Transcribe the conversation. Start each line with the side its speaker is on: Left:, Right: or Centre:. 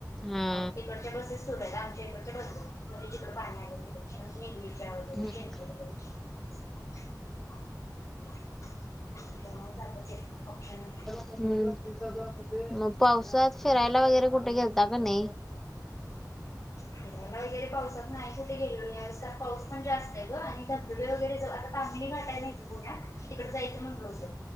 Centre: हा
Left: इकडच्या बसेस सुरू आहेत आमच्या इकडच्या बंद आहेत म्हणजे जिकडे पाणी आले निगडीच्या वगैरे
Centre: हम् <inaudible> <inaudible>
Left: <inaudible>
Centre: हम्म मग पावसात फिरायला वगैरे कुठे गेलता का नाही?
Left: क वगैरे पावसात नाही कुठे गेलो आज पाऊस पण जास्त आहे ग आणि बर वगैरे आता तांबली घटा नाही पुण्यात तिकड जायचं म्हटलं होतं.